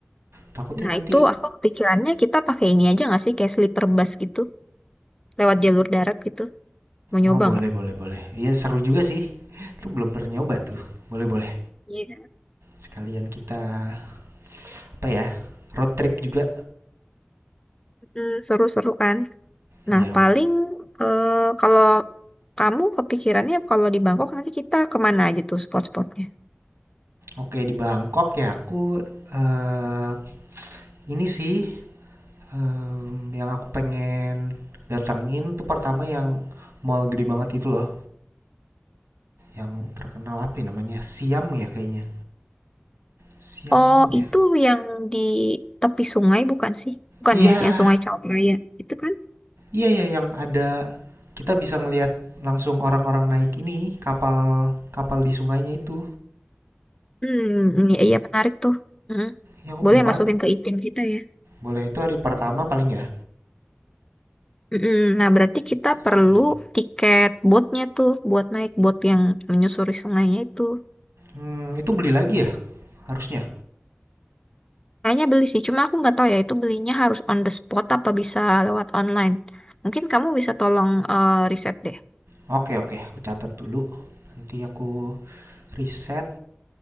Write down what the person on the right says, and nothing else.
Takutnya
nanti
oh, boleh
boleh boleh. Iya seru juga sih, itu belum pernah nyoba tuh. Boleh boleh,
sekalian kita apa ya, road trip juga.
Iya,
oke di Bangkok ya aku, eee, ini sih Mmm, yang aku pengen datengin tuh pertama yang mall gede banget itu loh, yang terkenal apa ya namanya, Siam ya kayaknya, Siam
Mall ya?
Iya,
iya ya yang ada kita bisa ngelihat langsung orang-orang naik ini, kapal kapal di sungainya itu.
Iya aku
pengen banget
Boleh, itu hari pertama paling ya?
Siam.
Mmm, itu beli lagi ya harusnya?
Oke oke, aku catat dulu, nanti aku riset.